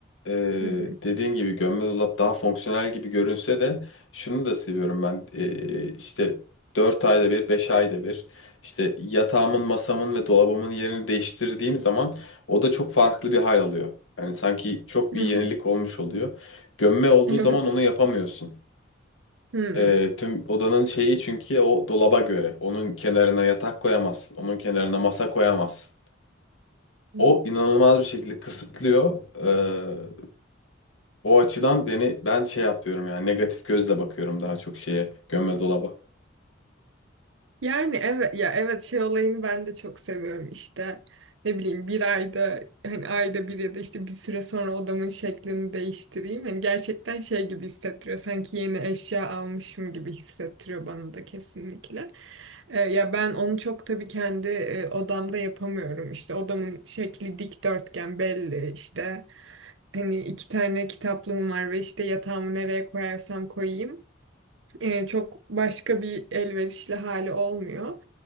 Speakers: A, on the left; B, on the right.
A: e,
B: Hı hı.
A: dediğin gibi gömme dolap daha fonksiyonel gibi görünse de şunu da seviyorum ben. E, işte 4 ayda bir, beş ayda bir işte yatağımın, masamın ve dolabımın yerini değiştirdiğim zaman o da çok farklı bir hal alıyor. Yani sanki çok
B: <laughs>
A: bir
B: Hı
A: yenilik
B: hı.
A: olmuş oluyor. Gömme olduğu
B: evet.
A: zaman onu yapamıyorsun.
B: Hı
A: E, tüm odanın şeyi çünkü o dolaba göre. Onun kenarına yatak koyamazsın. Onun kenarına masa koyamazsın.
B: hı.
A: O inanılmaz bir şekilde kısıtlıyor. Ee, o açıdan beni ben şey yapıyorum yani negatif gözle bakıyorum daha çok şeye gömme dolaba.
B: Yani evet ya evet şey olayını ben de çok seviyorum işte ne bileyim bir ayda hani ayda bir ya da işte bir süre sonra odamın şeklini değiştireyim. Hani gerçekten şey gibi hissettiriyor sanki yeni eşya almışım gibi hissettiriyor bana da kesinlikle. Ee, ya ben onu çok tabii kendi e, odamda yapamıyorum işte odamın şekli dikdörtgen belli işte hani iki tane kitaplığım var ve işte yatağımı nereye koyarsam koyayım e, çok başka bir elverişli hali olmuyor